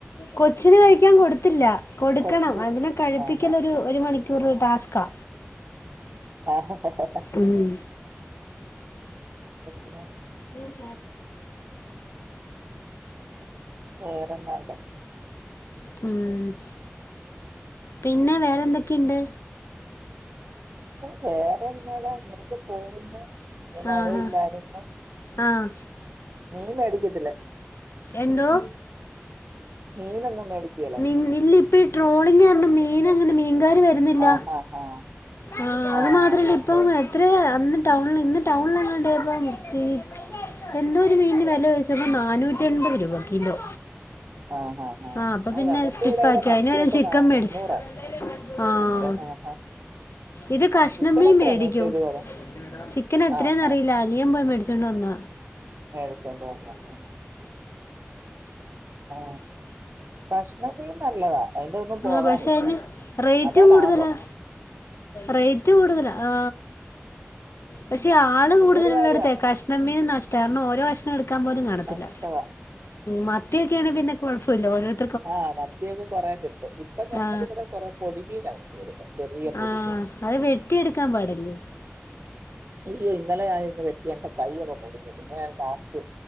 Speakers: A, on the left (about 65°); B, on the right (about 55°).
A: കൊച്ചിന് കഴിക്കാൻ കൊടുത്തില്ല കൊടുക്കണം
B: കൊച്ച്
A: അതിനെ കഴിപ്പിക്കൽ
B: ആഹാ
A: ഒരു മണിക്കൂർ ഒരു ടാസ്ക്കാ
B: ആ അ
A: ഉം
B: <unintelligible>
A: <inaudible>
B: വേറെന്നാണ്ട്
A: മ് പിന്നെ വേറെന്തൊക്കെയിണ്ട്
B: വേറെന്താലാ അങ്ങനൊക്കെ പോകുന്ന് ഇ വരയില്ലാരുന്ന
A: ആഹ് ആഹ്
B: നീ മേടിക്കത്തില്ല
A: എന്തോ
B: മീനൊന്നും മേടിക്കല്ലേ
A: മീൻ ഇല്ല ഇപ്പ ഈ ട്രോളിംഗ് കാരണം മീൻ അങ്ങനെ <unintelligible> വരുന്നില്ല
B: ആഹ് ആഹ് ആഹ്
A: ആ അത്
B: ആഹ്
A: മാത്രം
B: അതുകൊണ്ട്
A: അല്ല പ്പം എത്ര <unintelligible> ഇന്ന് ടൗണിൽ ഇന്ന് ടൗണിൽ അങ്ങ ഉണ്ടായപ്പോൾ <unintelligible> എന്തോരു മീൻറെ വില കഴിച്ചപ്പോൾ നാനൂറ്റി ൺപത് രൂപ കിലോ
B: ആ ആ ആ
A: ആഹ് അപ്പൊ
B: ആ
A: പിന്നെ
B: ഞങ്ങക്ക്
A: സ്കിപ്പാക്കി
B: ഇവിടെ ഇടെ മത്തിയൊക്കെ
A: അതിന് പകരം ചിക്കൻ
B: ന
A: മേടിച്ചു
B: മുന്നൂറാ
A: ആഹ്
B: ചിക്കൻ ആഹ്
A: ഇത് കഷ്ണമീ
B: ചിക്കൻ എത്രയാ
A: മേടിക്കും
B: നൂറ്റി എഴുപതോ
A: ചിക്കൻ എത്രെന്നറിയില്ല
B: ആഹ്
A: അനിയൻ പോയി ച്ചോണ്ട് വന്ന
B: മേടിച്ചൊണ്ട വന്ന മ് ആ കഷ ണ മീൻ നല്ലതാ അതിന്റെ ഒന്നും പോകാനില്ല
A: ആഹ് പക്ഷെ അതിന് റേറ്റും
B: അതാ ലാഭം
A: കൂടുതലാ റേറ്റ് കൂടുതല ആ പക്ഷെ ആള്
B: പിന്നൊരു
A: കൂടുതല
B: കാര്യ
A: ഉള്ളടുത്ത കഷ്ണംമീൻ നഷ്ട കാര ഓരോ കഷ്ണം എടുക്ക ാൻ പോലും കാണത്തില്ല
B: നഷ്ടവാ
A: മത്തിയൊക്കെയാണ് പിന്നെ കുഴപ്പില്ല ഓരുത്ത
B: ആ മത്തിയൊക്കെ കൊറെേ കിട്ടും ഇപ്പൊ ഞങ്ങ
A: ആ
B: ഇവിടെ കൊറെ പൊടിമീനാ കൊണ്ട വരുന്നത് ചെറിയ പൊടിമ
A: ആ അത് വെട്ടിയെടുക്കാൻ പാടല്ലേ
B: അയ്യോ ഇന്നലെ ആയി വെറ്റി എന്റെ കൈൊക്കെ മുറിഞ്ഞട്ടമ്മ ഞാൻ ലാസ്റ്റ്